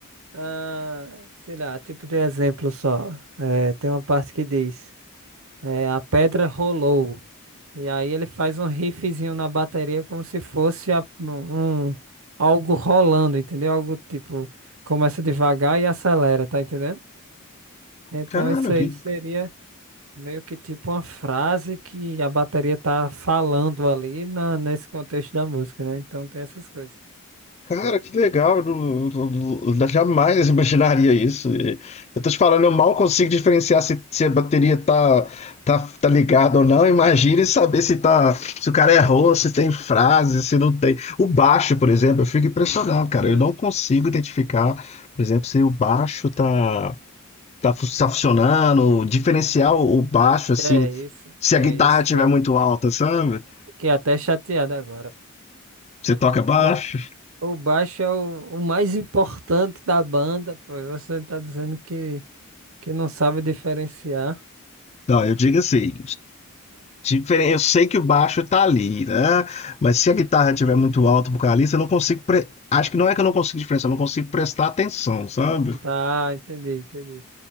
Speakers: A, on the right; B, on the left.
A: Ah, sei lá, tipo de exemplo só. É, tem uma parte que diz: é, a pedra rolou. E aí ele faz um riffzinho na bateria como se fosse a- um, um, algo rolando, entendeu? Algo tipo, começa devagar e acelera, tá entendendo? Então
B: Cara,
A: isso aí
B: que
A: seria meio que tipo uma frase que a bateria tá falando ali na- nesse contexto da música, né? Então tem essas coisas.
B: Cara, que legal, eu eu- eu- jamais imaginaria isso. E Eu tô te falando, eu mal consigo diferenciar se, se a bateria tá, tá, tá ligada ou não. Imagine saber se tá, se o cara errou, se tem frase, se não tem. O baixo, por exemplo, eu fico impressionado, cara.
A: É.
B: Eu não consigo identificar, por exemplo, se o baixo tá, tá, fu- tá funcionando, diferenciar o o baixo,
A: Que
B: assim,
A: é isso,
B: se
A: que
B: a
A: é
B: guitarra
A: isso,
B: estiver
A: que é
B: muito
A: isso.
B: alta, sabe?
A: Fiquei até chateado agora.
B: Você toca baixo?
A: O, o baixo é o, o mais importante da banda, pô. Você tá dizendo que, que não sabe diferenciar.
B: Não, eu digo assim. diferen. eu sei que o baixo tá ali, né? Mas se a guitarra estiver muito alto pro vocalista, eu não consigo. pre- Acho que não é que eu não consigo diferenciar, eu não consigo prestar atenção, sabe?
A: Tá, entendi, entendi.